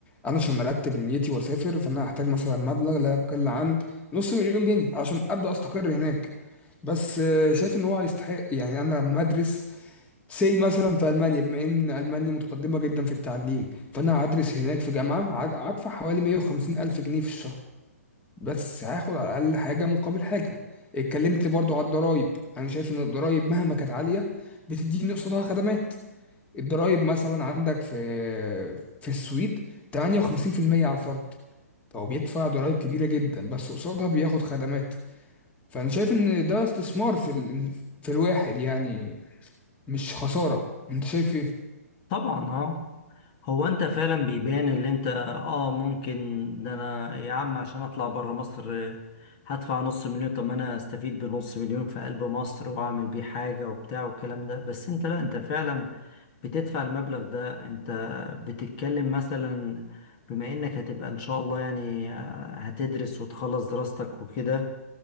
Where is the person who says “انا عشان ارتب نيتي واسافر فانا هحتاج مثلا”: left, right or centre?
Left